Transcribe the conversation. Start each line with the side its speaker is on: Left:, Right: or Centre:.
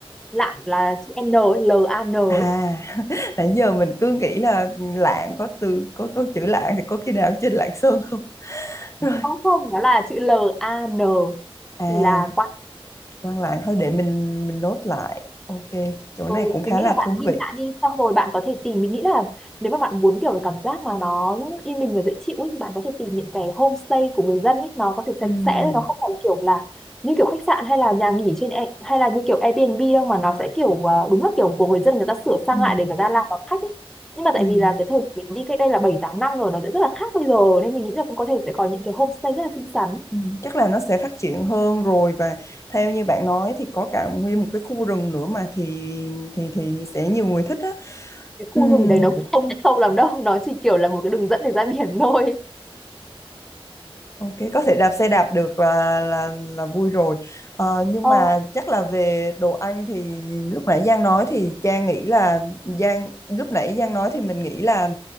Centre: Lạn là chữ N ấy, L A N ấy
Left: à <laughs> nãy giờ mình cứ nghĩ là Lạng có từ có có chữ Lạng thì có khi nào trên Lạng Sơn không? <laughs>
Centre: không không nó là chữ L A N
Left: À,
Centre: thì là
Left: quan lại thôi để mình mình nốt lại. Ok, chỗ
Centre: Ừ,
Left: này cũng khá
Centre: mình nghĩ
Left: là
Centre: là bạn
Left: thú
Centre: ghi
Left: vị.
Centre: lại đi xong rồi bạn có thể tìm mình nghĩ là nếu mà bạn muốn kiểu cái cảm giác mà nó yên bình và dễ chịu ấy, thì bạn có thể tìm những cái homestay của người dân ấy nó có thể sạch
Left: Ừm,
Centre: sẽ nó không phải là kiểu là như kiểu khách sạn hay là nhà nghỉ trên Air- hay là như kiểu Airbnb đâu mà nó sẽ kiểu ờ, đúng là kiểu của người dân người ta sửa sang
Left: ừm,
Centre: lại để người ta làm đón khách ấy nhưng mà tại
Left: ừm,
Centre: vì là cái thời mình đi cách đây là 7 8 năm rồi nó sẽ rất là khác bây giờ nên mình nghĩ là cũng có thể sẽ có những cái homestay rất là xinh xắn
Left: ừm. Chắc là nó sẽ phát triển hơn rồi và theo như bạn nói thì có cả nguyên một cái khu rừng nữa mà thì thì thì sẽ nhiều người thích á.
Centre: cái khu
Left: Ừm,
Centre: rừng đấy nó cũng không sâu lắm đâu nó chỉ kiểu là một cái đường dẫn để ra biển <laughs>
Left: Ok, có thể đạp xe đạp được là là là vui rồi. Ờ, nhưng
Centre: thôi
Left: mà chắc là về đồ ăn thì lúc nãy Giang nói thì Trang nghĩ là Giang lúc nãy Giang nói thì mình nghĩ là